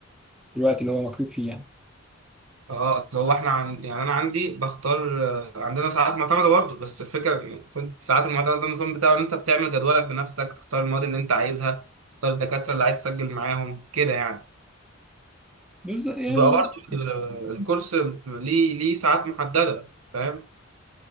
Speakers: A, in the centre; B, on the right.
A: الوقت اللي هو مكتوب فيه يعني
B: اه اصل هو احنا عن... يعني انا عندي بختار آه، عندنا ساعات معتمدة برضه بس الفكرة يعني الساعات المعتمدة ده النظام بتاعه ان انت بتعمل جدولك بنفسك تختار المواد اللي انت عايزها تختار الدكاترة اللي عايز تسجل معاهم كده يعني
A: بس يعني
B: بقى برضه ال- الكورس ليه ليه ساعات محددة فاهم؟